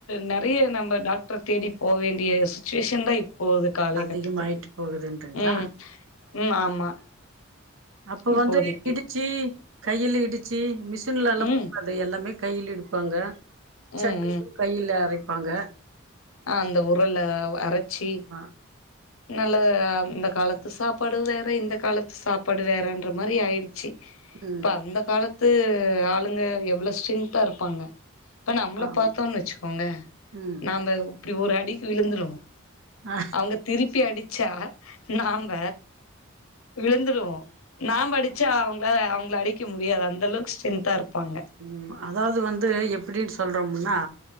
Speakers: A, on the left (about 80°); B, on the right (about 65°).
A: நெறய நம்ம டாக்டர் தேடி போ வேண்டிய சுச்சுவேஷன் தா இப்போ காலை
B: அதிகமாயிட்டு
A: கட்டத்துக்கு
B: போகுதுன்றீங்களா
A: ம் ம் ஆமா
B: அப்ப
A: இப்போதைக்கு
B: வந்து இடிச்சு கையில இடிச்சு மிஷின்லலா
A: ம்
B: போகாது எல்லாமே கையில் எடுப்பாங்க சட்னியு
A: ம்
B: கைல அரைப்பாங்க
A: ஆ அந்த உறல்ல அரச்சி
B: ஆ
A: நல்ல அந்த காலத்து சாப்பாடு வேற இந்த காலத்து சாப்பாடு வேறன்ற மாரி ஆயிடு சி
B: ம்
A: இப்ப அந்த காலத்து ஆளுங்க எவ்ள ஸ்ட்ரென்தா இருப்பாங்க இப்ப நம்பள
B: ஆமா
A: பாத்தோன் வச்சுக்கோங்க
B: ம்
A: நாம இப்டி ஒரு அடிக்கு விழுந்துருவோ
B: ஆ
A: அவங்க திருப்பி அடிச்சா நாம்ப விழுந்துருவோ நாம்ப அடிச்சா
B: ஆமா
A: அவ்ங்ளால அவுங்ள அடிக்க முடியாது அந்தளவுக் ஸ்ட்ரென்தா இருப்பாங்க
B: ம் அதாவது வந்து எப்படின் சொல்றோம்னா